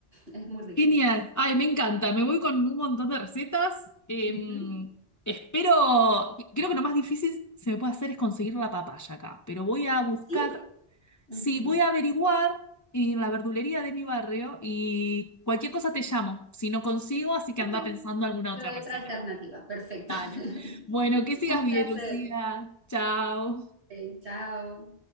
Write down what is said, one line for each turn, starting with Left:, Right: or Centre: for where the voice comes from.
Right: Es muy rico.
Left: genial. Ay, me encanta. Me voy con un montón de recetas. Em,
Right: Ujú.
Left: espero, creo que lo más difícil se me puede hacer es conseguir la papaya acá, pero voy a buscar,
Right: Sí, ok.
Left: sí, voy a averiguar en la verdulería de mi barrio y cualquier cosa te llamo, si no consigo, así que
Right: Ok,
Left: anda pensando alguna
Right: te
Left: otra
Right: doy
Left: receta.
Right: otra alternativa. Perfecto.
Left: Dale.
Right: <laughs>
Left: Bueno, que sigas
Right: Un
Left: bien,
Right: placer.
Left: Lucía. Chao.
Right: Ok, chao.